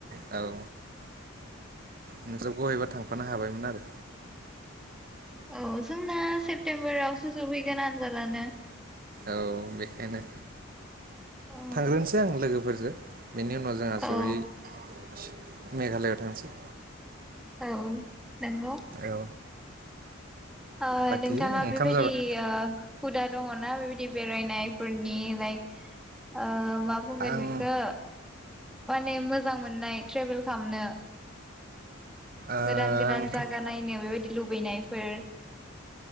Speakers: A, on the right; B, in the centre.
A: औ नोंजा बहायबा थांफानो हाबायमोन आरो।
B: औ जोंना सेप्तेम्बरावसो जोबहैगोन आनजादानो
A: औ बेखायनो
B: औ
A: थांग्रोनोसै आं लोगोफोरजों बेनि उनाव जोंहा
B: औ
A: जयै मेघालयाव थांसै
B: औ नंगौ।
A: औ
B: ओ
A: बाखि
B: नोंथाङा
A: ओंखाम
B: बेबायदि
A: जाबाय
B: ओ हुदा दङना बेबायदि बेरायनायफोरनि लाइक ओ मा बुंगोन
A: आं
B: बेखो
A: ओ
B: माने मोजां मोननाय ट्रेभेल खालामनो
A: आंथ'
B: गोदान गोदान जागा नायनो बेबायदि लुबैनाय बे